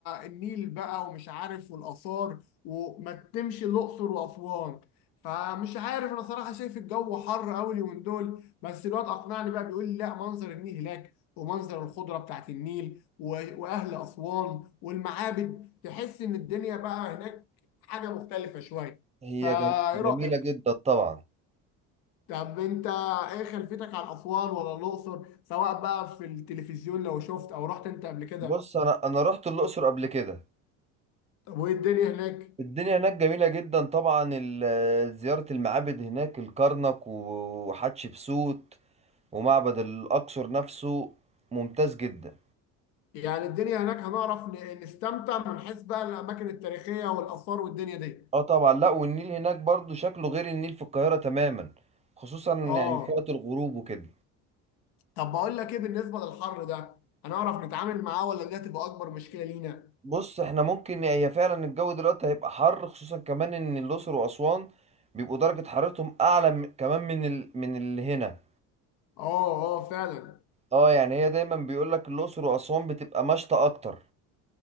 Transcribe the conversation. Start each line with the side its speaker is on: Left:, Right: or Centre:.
Left: النيل بقى ومش عارف والاثار وما تتمشي الاقصر واسوان فمش عارف انا صراحه شايف الجو حر قوي اليومين دول بس الواد اقنعني بقى بيقول لي لا منظر النيل هناك ومنظر الخضره بتاعت النيل و- واهل اسوان والمعابد تحس ان الدنيا بقى هناك حاجه مختلفه شويه
Right: هي
Left: فايه
Right: جم- جميلة
Left: رايك
Right: جدا طبعا
Left: طب انت ايه خلفيتك عن اسوان ولا الاقصر سواء بقى في التلفزيون لو شفت او رحت انت قبل كده
Right: بص أنا أنا رحت الأقصر قبل كده
Left: طب وايه الدنيا هناك
Right: الدنيا هناك جميلة جدا طبعا ال- زيارة المعابد هناك الكرنك وحتشبسوت ومعبد الأقصر نفسه ممتاز جدا
Left: يعني الدنيا هناك هنعرف ن- نستمتع من حيث بقى الاماكن التاريخيه والاثار والدنيا دي
Right: اه طبعا لا والنيل هناك برضو شكله غير النيل في القاهرة تماما خصوصا يعني
Left: اه
Right: في وقت الغروب وكده
Left: طب بقول لك ايه بالنسبه للحر ده هنعرف نتعامل معاه ولا دي هتبقى اكبر مشكله لينا
Right: بص احنا ممكن هي فعلا الجو دلوقتي هيبقى حر خصوصا كمان ان الاقصر واسوان بيبقوا درجة حرارتهم اعلى م- كمان من ال... من اللي هنا
Left: اه اه فعلا
Right: اه يعني هي دايما بيقول لك الاقصر واسوان بتبقى مشتى اكتر